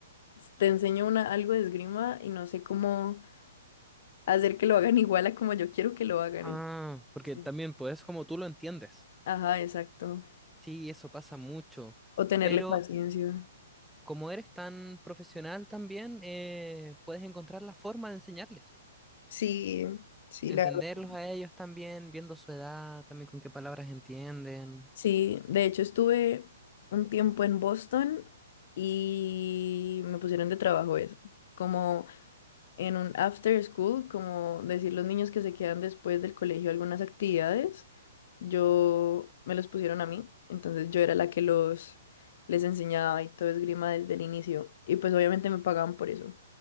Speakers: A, on the left; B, in the centre.
A: te enseño una, algo de esgrima y no sé cómo hacer que lo hagan igual a como yo quiero que lo hagan.
B: Ah, porque
A: entonces,
B: también, pues, es como tú lo entiendes.
A: Ajá, exacto.
B: Sí, eso pasa mucho.
A: O tenerle
B: Pero
A: paciencia.
B: como eres tan profesional también, eh, puedes encontrar la forma de enseñarles.
A: Sí, sí,
B: Entenderlos
A: la verdad.
B: a ellos también, viendo su edad, también con qué palabras entienden.
A: Sí, de hecho estuve un tiempo en Boston y me pusieron de trabajo eso, como en un after school, como decir los niños que se quedan después del colegio algunas actividades, yo me los pusieron a mí, entonces yo era la que los les enseñaba y todo esgrima desde el inicio y pues obviamente me pagaban por eso.